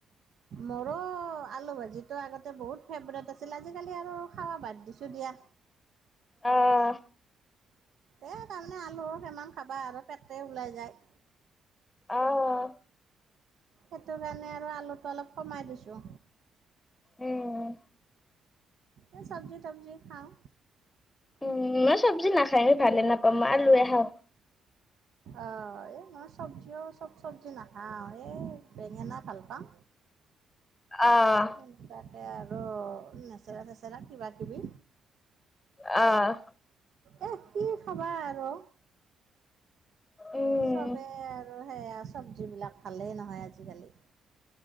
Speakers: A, on the right; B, on the left.
A: মোৰো আলু ভাজিটো আগতে বহুত ফেভৰেট আছিল। আজিকালি আৰু খাৱা বাত দিছোঁ দিয়া
B: আহ
A: এহ, তাৰমানে আলু কিমান খাবা আৰু পেটে ওলাই যায়।
B: আহ
A: সেইটো কাৰণে আৰু আলুটো অলপ কমাই দিছোঁ।
B: উম
A: এ চব্জি-তব্জি খাওঁ।
B: উম মই চব্জি নাখাই ভালে নাপাও। মই আলু এ খাওঁ।
A: অ', এ মই চব্জিও চব চব্জি নাখাও এ বেঙেনা ভাল পাম।
B: আহ
A: সেনকা এ, আৰু নেচেৰা-চেচেৰা কিবা কিবি।
B: অঁহ'।
A: এহ, কি খাবা আৰু
B: উম
A: চবেই আৰু সেয়া চব্জিবিলাক ভালেই নহয় আজিকালি।